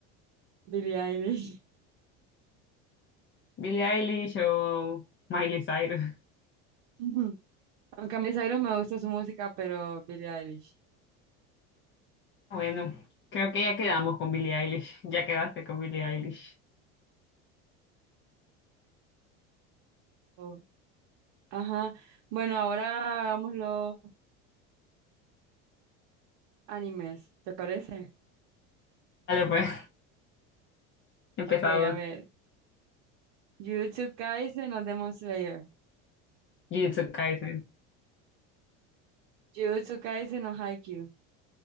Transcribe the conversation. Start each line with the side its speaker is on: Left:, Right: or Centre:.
Right: Billie Eilish.
Left: Billie Eilish o Miley Cyrus.
Right: <laughs> Aunque a mí Cyrus me gusta su música, pero Billie Eilish.
Left: Bueno, creo que ya quedamos con Billie Eilish. Ya quedaste con Billie Eilish.
Right: Oh, ajá. Bueno, ahora hagamos los animes, ¿te parece?
Left: Dale, pues, empezamos.
Right: Ok, a ver. Jujutsu Kaisen o Demon Slayer.
Left: Jujutsu Kaisen.
Right: Jujutsu Kaisen o Haikyuu.